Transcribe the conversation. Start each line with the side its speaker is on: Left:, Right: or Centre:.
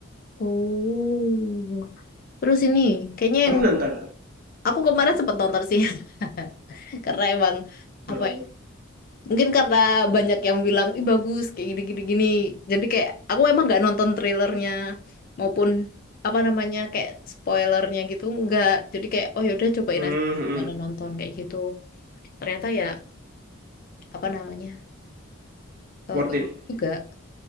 Left: Oh, terus ini kayaknya
Right: kamu
Left: yang
Right: nonton
Left: aku kemarin sempet nonton sih, <laughs> karena emang
Right: hmm,
Left: apa ya? Mungkin karena banyak yang bilang, ih bagus kayak gini-gini gini. gini. Jadi kayak aku emang nggak nonton trailernya maupun apa namanya kayak spoilernya gitu nggak. Jadi kayak oh yaudah cobain
Right: hmm,
Left: aja
Right: hmm.
Left: mana nonton kayak gitu. Ternyata ya apa namanya eh,
Right: worth
Left: bagus
Right: it
Left: juga.